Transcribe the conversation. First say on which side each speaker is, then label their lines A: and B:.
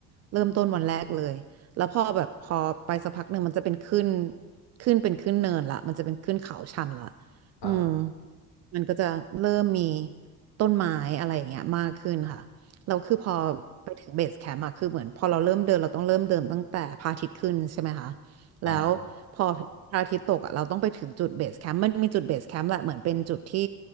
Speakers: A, on the right (about 35°); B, on the left (about 55°).
A: เริ่มต้นวันแรกเลยแล้วพอแบบพอไปสักพักหนึ่งมันจะเป็นขึ้นขึ้นเป็นขึ้นเนินละมันจะเป็นขึ้นเขาชันละ
B: ครับ
A: อืมมันก็จะเริ่มมีต้นไม้อะไรอย่างเงี้ยมากขึ้นค่ะ เราคือพอไปถึงเบสแคมป์อะคือเหมือนพอเราเริ่มเดินเราต้องเริ่มเดินตั้งแต่พระอาทิตย์ขึ้นใช่ไหมคะ
B: ครับ
A: แล้วพอพระอาทิตย์ตกอะเราต้องไปถึงจุดเบสแคมป์มันมีจุดเบสแคมป์แหละเหมือนเป็นจุดที่